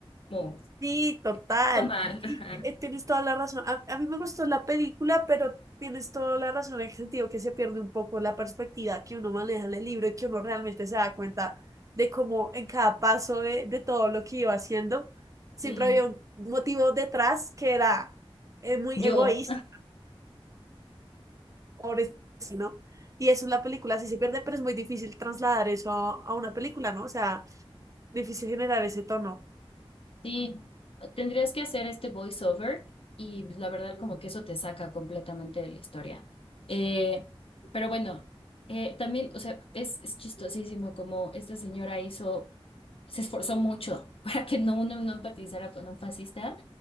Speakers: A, on the left; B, on the right.
A: Como,
B: Sí, total.
A: está mal.
B: Y
A: <laughs> ajá.
B: eh, tienes toda la razón. A, a mí me gustó la película, pero tienes toda la razón en el sentido que se pierde un poco la perspectiva que uno maneja en el libro y que uno realmente se da cuenta de cómo en cada paso de, de todo lo que iba haciendo, siempre
A: Sí.
B: había un motivo detrás que era eh, muy
A: Yo.
B: egoísta, pobre, ¿no? Y eso en la película sí se pierde, pero es muy difícil trasladar eso a, a una película, ¿no? O sea, difícil generar ese tono.
A: Sí, tendrías que hacer este voiceover y pues, la verdad como que eso te saca completamente de la historia. Eh, pero bueno, eh, también, o sea, es, es chistosísimo como esta señora hizo, se esforzó mucho <laughs> para que no uno no empatizara con un fascista